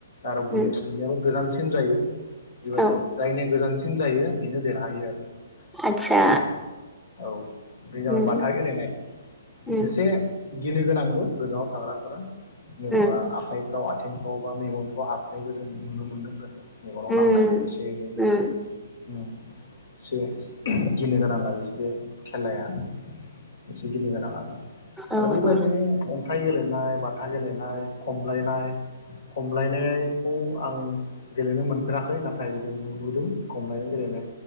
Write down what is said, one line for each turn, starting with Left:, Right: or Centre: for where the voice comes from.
Left: आराव बुयो
Centre: उम
Left: थि गोलैनायाबो गोजान सि सिन जायो। बेबायदि
Centre: औ
Left: जायनि गोजानसिन जायो बेनो देरहायो आरो
Centre: आतसा
Left: बे औ बे जाबाय
Centre: उम
Left: बाथा गेलेनाय
Centre: उम
Left: एसे। गिनो गोनांबो गोजानाव थाग्राफोरा मेगना
Centre: उम
Left: आखाय र आ आंफ्राव बा मेगनफ्राव हाबनायबो जों नुनो मोन्दों गोदो मेगनाव
Centre: उम
Left: नांनाय एसे एनै
Centre: उम
Left: एसे गिनो गोनां आरो बे खेलाया एसे गिनो गोनाङानो
Centre: औ
Left: आरो बे बादिनो
Centre: औ
Left: खाइ गेलेनाय बाथा गेलेनाय खमलायनाय खमलायनायखौ आं गेलेनो मोनफेराखै नाथाय जों नुबोदों खमलायनाय गेलेनाय